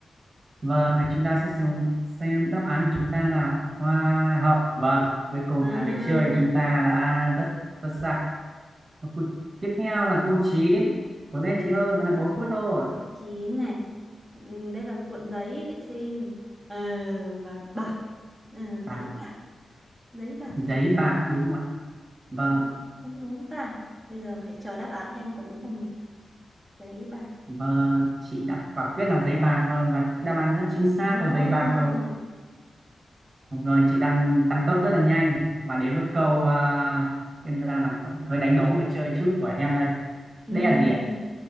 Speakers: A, on the right; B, in the centre.
A: Vâng, à, chúng ta sẽ xem, xem đáp án của chúng ta là hoa hậu. Vâng, cuối cùng
B: à
A: là người chơi chúng ta đã rất xuất sắc. Và cu- Tiếp theo là câu chín Cố lên chị ơi, còn là 4 phút thôi.
B: câu chín này ừ, đây là cuộn giấy vệ sinh ờ, và bạc ờ, giấy
A: À,
B: bạc giấy bạc
A: giấy
B: hình
A: bạc
B: vuông
A: đúng không ạ? Vâng,
B: đúng không đúng ta bây giờ phải chờ đáp án thêm có đúng không nhỉ giấy bạc
A: vâng, chị đã quả quyết là giấy bạc vâng, và đáp án rất chính xác
B: oh.
A: là giấy bạc rồi. Rồi, chị đang tăng tốc rất là nhanh và đến với câu à, em ra là hơi đánh đố người chơi chút của em đây.
B: ừm,
A: Đây là gì ạ?